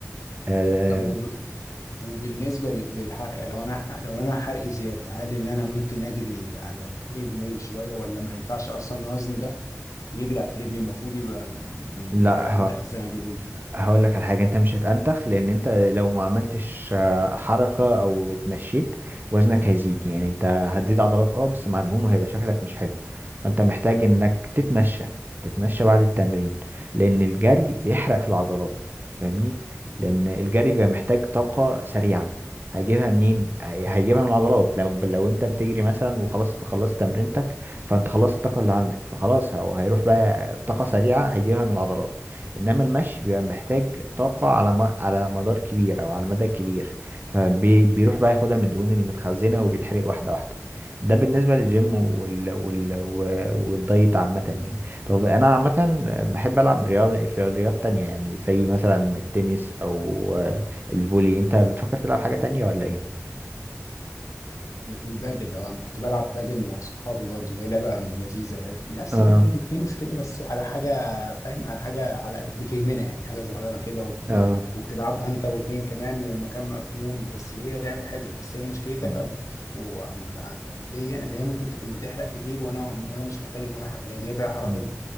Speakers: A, on the right; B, on the left.
A: أه
B: طب وبالنسبة لل- للحرق يعني لو انا لو انا حرقي زيادة هل ان انا ممكن اجري على التريد ميل شوية ولا ما ينفعش اصلا وزني ده يجري على التريد ميل المفروض يبقى م-
A: لا
B: مأنتخ زي ما بيقولوا
A: هقول لك على حاجة انت مش هتأنتخ لان انت لو ما عملتش آه، حركة او اتمشيت وزنك هيزيد يعني انت هتزيد عضلات اه بس مع دهون وهيبقى شكلك مش حلو فانت محتاج انك تتمشى تتمشى بعد التمرين لان الجري بيحرق في العضلات فاهمني لان الجري بيبقى محتاج طاقة سريعة هيجيبها منين هي- هيجيبها من العضلات لو لو انت بتجري مثلا وخلاص خلصت تمرينتك فانت خلصت الطاقة اللي عندك فخلاص هو- هيروح بقى طاقة سريعة هيجيبها من العضلات انما المشي بيبقى محتاج طاقة على م... على مدار كبير او على مدى كبير فبيروح بقى ياخدها من الدهون المتخزنة وبيتحرق واحدة واحدة ده بالنسبة للجيم وال... وال... و- والدايت عامة يعني طب انا عامة بحب العب رياض... رياضيات تانية يعني زي مثلا التنس او آه، الفولي انت بتفكر تلعب حاجة تانية ولا ايه؟
B: البادل اه انا كنت بلعب بادل مع صحابي برضه هي لعبة لذيذة يعني نفس
A: اه
B: فكرة التنس كده بس على حاجة فاهم على حاجة على قد فهمنا يعني حاجة صغيرة كده
A: اه
B: وبتلعبها انت واتنين كمان ومكان مقفول بس هي لعبة حلوة بس هي مشكلتها
A: مم.
B: بقى في عن عن ليا انا ان هي ممكن تكون بتحرق كتير وانا وانا مش محتاج ان انا احرق لان هي فيها حركة
A: مم.